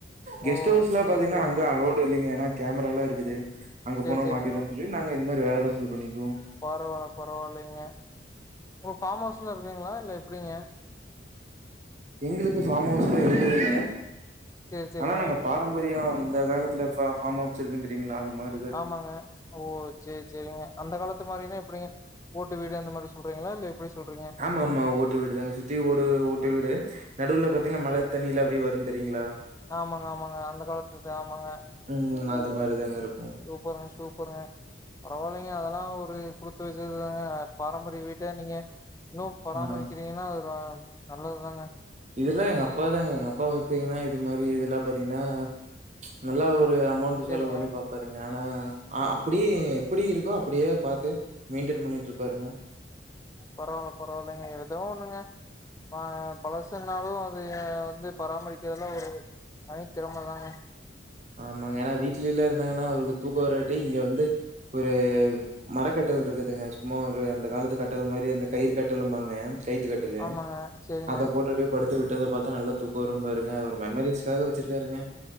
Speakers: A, on the right; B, on the left.
A: கெஸ்ட்
B: ஓ
A: ஹவுஸ்ல
B: சேரி
A: பாத்தீங்கன்னா
B: சேரிங்க
A: அங்க அலவுட் இப்ப இல்லீங்க ஏனா கேமராலா இருக்குது அங்க
B: சேரி
A: போனா
B: சேரிங்க
A: மாட்டிக்குவோனு சொல்லி நாங்க இந்த மாரி வேரவுஸ்ல பண்ணிக்குவோ
B: பரவால பரவாயில்லைங்க உங்க ஃபார்ம் ஹவுஸ்லா இருக்குங்கலா இல்ல எப்டிங்க
A: எங்ளுக்கு ஃபார்ம் ஹவுஸ்ல இருந்ததுங்க
B: சேரி சேரிங்க
A: ஆனா நாங்க பாரம்பரியோ அந்த காலத்து இதுல ஃபா ஃபாம்ஹவுஸ் இருக்குனு தெரீயுங்களா அது மாரி
B: ஆமாங்க ஓ சே சேரிங்க அந்த காலத்து மாரின்னா எப்டிங்க ஓட்டு வீடு அந்த மாரி சொல்றீங்களா இல்ல எப்டி சொல்றீங்க
A: ஆமாம்மா ஓட்டு வீடுதாங்க சுத்தி ஓடு ஓட்டு வீடு நடுவுல பாத்தீங்கன்னா மழ தண்ணில்லா அப்டியே வரு தெரியூங்ளா
B: ஆமாங்க ஆமாங்க அந்த காலத்துது ஆமாங்க
A: ம் அது மாரிதாங்க இருக்கு
B: சூப்பருங்க சூப்பருங்க பரவால்லீங்க அதெல்லா ஒரு குடுத்து வெச்சதுதாங்க பாரம்பரிய வீட்ட நீங்க இன்னோ பராமரிக்கிறீங்கன்னா
A: ஆ
B: அது நல்லதுதாங்க
A: இதெல்லா எங்க அப்பாதாங்க எங்க அப்பா பாத்தீங்கன்னா இது மாரி இதெல்லா பாத்தீங்னா நல்லா ஒரு அமௌண்ட்டு
B: சேரிங்க
A: செலவு பண்ணி பாப் பாருங்க ஆனா அப்டியே எப்டி இருக்கோ அப்டியே பாத்து மெயின்டென் பண்ணிட்டு இருப்பாருங்க
B: பரவால்ல பரவால்லைங்க எதோ ஒண்ணுங்க ஆ பழசுனாலு அது வந்து பராமரிக்கிறதுயெல்லா ஒரு தனி திரமதாங்க
A: ஆமாங்க ஏனா வீட்லில்லா இருந்தாங்கன்னா அவருக்கு தூக்க வராட்டி இங்க வந்து ஒரு மரக்கட்டல் இருக்குதுங்க சும்மா ஒரு அந்த காலத்து கட்டல் மாதிரி அந்த கயிறு கட்டலும்பாங்க கையித்து கட் ட்டலு
B: ஆமாங்க செரிங்க
A: அத போட்டுட்டு படுத் து விட்டத பாத்தா நல்லா தூக்க வரும்பாருங்க அவரு மெமரீஸ்க்காக வெச்சிருக்காருங்க